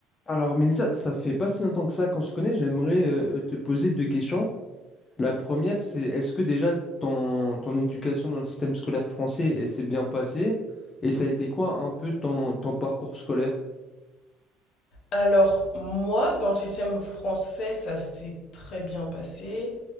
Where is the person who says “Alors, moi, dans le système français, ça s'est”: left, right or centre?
Left